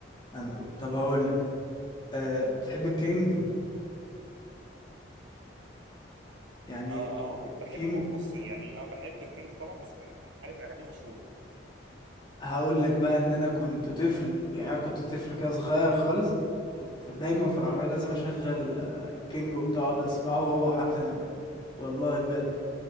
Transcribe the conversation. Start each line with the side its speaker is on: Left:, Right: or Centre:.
Left: انا طب هقول لك أه بتحب الكينج يعني
Right: اه اه بحبه
Left: كينج
Right: بص يعني اه بحب الكينج طبعا بس عارف اغانيه مشهورة
Left: هقول لك بقى ان انا كنت طفل يعني أنا كنت طفل كده صغير خالص كنت دايما في العربيه
Right: اه
Left: لازم اشغل آه، الكينج وبتاع اقعد اسمعه هو وحمزة نمرة والله بجد